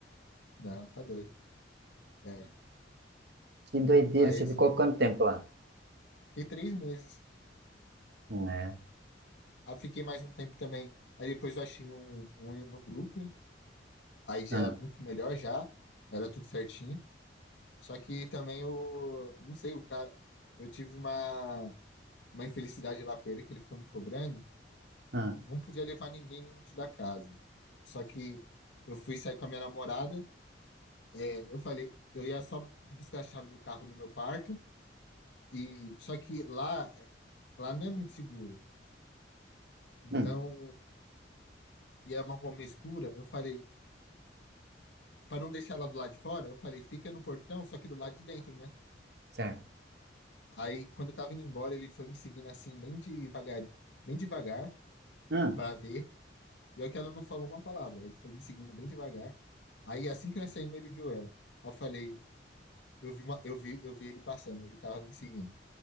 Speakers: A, on the left; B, on the right.
A: Não, tá doido. É.
B: Que doideira,
A: Aí
B: você
A: eles-
B: ficou quanto tempo lá?
A: fiquei três meses.
B: Não é?
A: Aí fiquei mais um tempo também. Aí depois eu achei um, um no Brooklyn. Aí já
B: Ah,
A: era muito melhor já, era tudo certinho. Só que também o, não sei, o cara, eu tive uma, uma infelicidade lá com ele que ele ficou me cobrando.
B: ah,
A: Eu não podia levar ninguém dentro da casa. Só que eu fui sair com a minha namorada, é, eu falei, eu ia só buscar a chave do carro no meu quarto e só que lá, lá não é muito seguro. Então,
B: hum,
A: e é uma rua meio escura, eu falei, para não deixar ela do lado de fora, eu falei, fica no portão, só que do lado de dentro, né?
B: certo.
A: Aí, quando eu tava indo embora, ele foi me seguindo assim, bem devagar, bem devagar,
B: Ah,
A: pra ver. E olha que ela não falou uma palavra, ele foi me seguindo bem devagar. Aí, assim que nós saímos, ele viu ela. Aí eu falei, eu vi, uma- eu vi, eu vi ele passando, ele tava me seguindo.